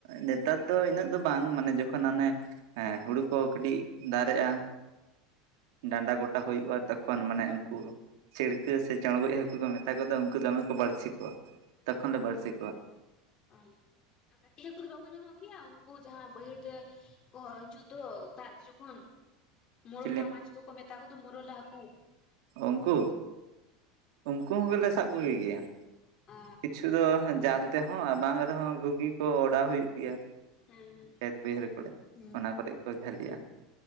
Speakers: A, on the right; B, on the left.
A: ᱱᱮᱛᱟᱨ ᱫᱚ ᱩᱱᱟᱹᱜ ᱫᱚ ᱵᱟᱝ ᱢᱟᱱᱮ ᱡᱚᱠᱷᱚᱱ ᱦᱟᱱᱮᱼᱼ ᱦᱮᱸ ᱦᱩᱲᱩ ᱠᱚ ᱠᱟᱹᱴᱤᱡ ᱫᱟᱨᱮᱜᱼᱟ ᱾ ᱰᱟᱸᱰᱟ ᱜᱚᱴᱟ ᱠᱚ ᱦᱩᱭᱩᱜᱼᱟ ᱛᱚᱠᱷᱚᱱ ᱢᱟᱱᱮ ᱩᱱᱠᱩᱼᱼ ᱪᱤᱲᱠᱟᱹ ᱥᱮ ᱪᱚᱬᱜᱚᱡ ᱦᱟᱹᱠᱩ ᱠᱚ ᱢᱮᱛᱟ ᱠᱚ ᱫᱚ, ᱩᱱᱠᱩ ᱫᱚᱢᱮ ᱠᱚ ᱵᱟᱹᱲᱥᱤ ᱠᱚᱣᱟ, ᱛᱚᱠᱷᱚᱱ ᱞᱮ ᱵᱟᱹᱲᱥᱤ ᱠᱚᱣᱟ ᱾
B: ᱚ ᱟᱨ ᱠᱟᱹᱴᱤᱡ ᱦᱟᱹᱠᱩ ᱫᱚ ᱵᱟᱠᱚ ᱧᱟᱢᱚᱜ ᱜᱮᱭᱟ ᱩᱱᱠᱩ ᱡᱟᱦᱟᱸ ᱵᱟᱹᱭᱦᱟᱹᱲ ᱛᱮᱼᱼ ᱠᱚ ᱦᱤᱡᱩᱜ ᱫᱚ ᱫᱟᱜ ᱡᱚᱠᱷᱚᱱ ᱾ ᱢᱩᱨᱚᱞᱟ
A: ᱪᱤᱞᱤ
B: ᱢᱟᱪ ᱠᱚᱠᱚ ᱢᱮᱛᱟ ᱠᱚᱫᱚ ᱢᱩᱨᱚᱞᱟ ᱦᱟᱹᱠᱩ ᱾
A: ᱩᱱᱠᱩ, ᱩᱱᱠᱩ ᱦᱚᱸᱞᱮ ᱥᱟᱵ ᱠᱚᱜᱮ ᱜᱮᱭᱟ ᱾
B: ᱚ
A: ᱠᱤᱪᱷᱩ ᱫᱚ ᱡᱟᱞ ᱛᱮᱦᱚᱸ ᱵᱟᱝ ᱨᱮᱦᱚᱸ ᱜᱷᱩᱜᱤ ᱠᱚ ᱚᱰᱟᱣ ᱦᱩᱭᱩᱜ ᱜᱮᱭᱟ
B: ᱦᱮᱸ
A: ᱾
B: ᱦᱮᱸ
A: ᱠᱷᱮᱛ ᱵᱟᱹᱭᱦᱟᱹᱲ ᱠᱚᱨᱮ,
B: ᱦᱩᱸ
A: ᱚᱱᱟ ᱠᱚᱨᱮ ᱠᱚ ᱡᱷᱟᱹᱞᱤᱜᱼᱟ ᱾